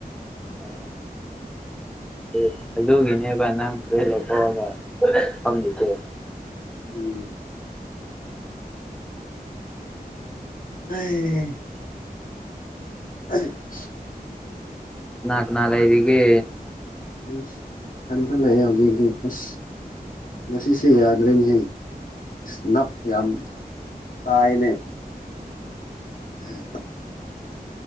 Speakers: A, in the centre; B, on the left.
A: ꯑꯣ ꯑꯣ <unintelligible> ꯑꯗꯨꯒꯤꯅꯦꯕ ꯅꯪ ꯐꯨꯔꯤꯠ ꯂꯧꯊꯣꯛꯑꯒ ꯐꯪꯗꯨꯏꯁꯦ
B: ꯎꯝ <unintelligible>
A: ꯀꯅꯥ ꯀꯅꯥ ꯂꯩꯔꯤꯒꯦ
B: ꯏꯁ ꯀꯟꯖꯜꯂꯛꯑꯦ ꯍꯧꯖꯤꯛꯇꯤ ꯏꯁ ꯉꯁꯤꯁꯦ ꯌꯥꯗ꯭ꯔꯦꯅꯦꯍꯦ ꯑꯁ ꯅꯞ ꯌꯥꯝ ꯇꯥꯏꯅꯦ <unintelligible>